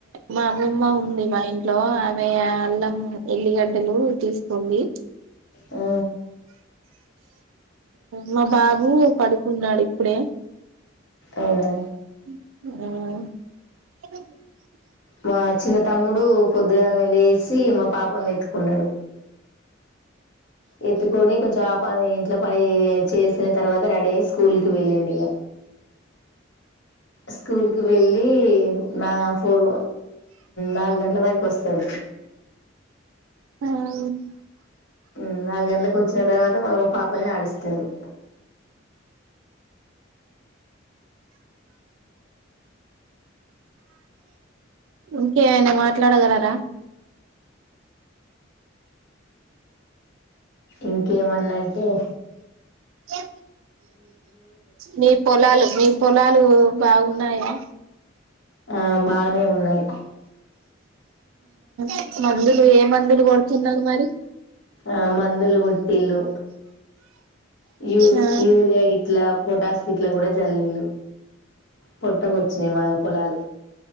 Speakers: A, on the right; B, on the left.
A: మా అమ్మమ్మ ఉంది మా ఇం ట్లో ఆమె అల్లం ఎల్లిగడ్డలు తీస్తుంది
B: ఆ
A: మా బాబు పడుకున్నాడు ఇప్పుడే
B: అవునా
A: ఉమ్
B: మా చిన్న తమ్ముడు పొద్దుగాలనే లేసి మా పాపని ఎత్తుకున్నాడు ఎత్తుకొని కొంచెం ఆ పని ఇంట్లో పని చేసిన తర్వాత రెడీ అయి స్కూల్కి వెళ్ళింది ఇగ స్కూల్కి వెళ్ళి నా ఫోర్ నాలుగు గంటల వరకు వస్తాడు
A: ఉమ్
B: ఉమ్ నాలుగు గంటలకూ వచ్చిన తర్వాత మళ్ళ మా పాపల్ని ఆడిస్తాడు
A: ఇంకేమైనా మాట్లాడగలరా
B: ఇంకేమన్నా అంటే
A: ఏ మీ పొలాలు మీ పొలాలు బాగున్నాయా
B: ఆ బాగానే ఉన్నాయి
A: ఆ మందులు ఏ మందులు కొడుతున్నారు మరి
B: ఆ మందులు కొట్టిల్లు యు
A: ఆ
B: యూరియా గిట్లా పొటాస్ గిట్లా కూడా చల్లిల్లు పొట్టకొచ్చినయి మా పొలాలు